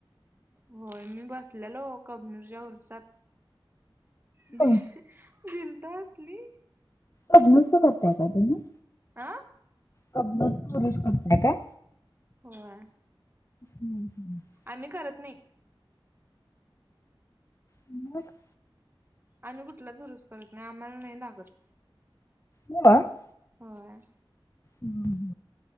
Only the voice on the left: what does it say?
हो.
कबनूरच करताय का तुम्ही,
कबनूर ऊरुस करताय काय.
हम्म हम्. <unintelligible>
म. <unintelligible>
हो. <unintelligible>
हम्म. <unintelligible>